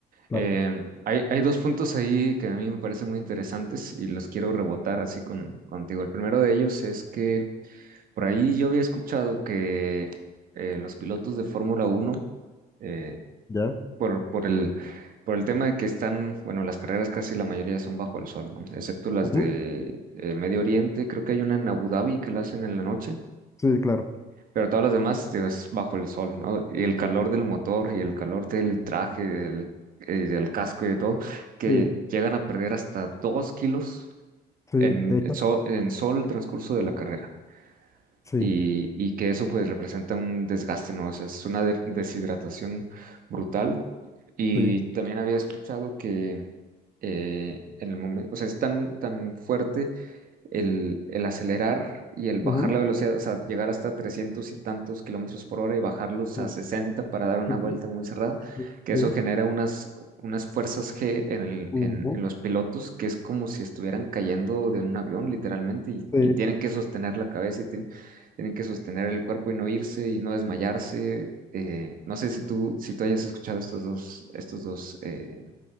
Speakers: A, on the left; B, on the right.
A: Claro.
B: Eh, hay, hay dos puntos ahí que a mí me parecen muy interesantes y los quiero rebotar así con, contigo. El primero de ellos es que por ahí yo había escuchado que eh, los pilotos de Fórmula Uno eh,
A: ¿Ya?
B: por, por el, por el tema de que están, bueno, las carreras casi la mayoría son bajo el sol, ¿no? Excepto las
A: Ujú.
B: de eh, Medio Oriente, creo que hay una en Abu Dhabi que la hacen en la noche,
A: Sí, claro.
B: pero todas las demás digo, es bajo el sol, ¿no? Y el calor del motor y el calor del traje, del, eh, del casco y de todo, que
A: Sí,
B: llegan a perder hasta dos kilos
A: sí,
B: en
A: de hecho,
B: sol, en sol el transcurso de la carrera.
A: sí,
B: Y, y que eso pues representa un desgaste, ¿no? O sea, es una de- deshidratación brutal y
A: sí.
B: también había escuchado que eh, en el momento, o sea, es tan, tan fuerte el, el acelerar y el bajar
A: ujú,
B: la velocidad, o sea, llegar hasta 300 y tantos kilómetros por hora y bajarlos
A: Sí,
B: a 60 para dar una
A: ujú,
B: vuelta muy cerrada,
A: sí,
B: que
A: sí,
B: eso genera unas, unas fuerzas G en el-
A: ujú,
B: en- en los pilotos, que es como si estuvieran cayendo de un avión, literalmente, y,
A: sí.
B: y tienen que sostener la cabeza y tienen, tienen que sostener el cuerpo y no irse y no desmayarse. Eh, no sé si tú, si tú hayas escuchado estos dos, estos dos, eh,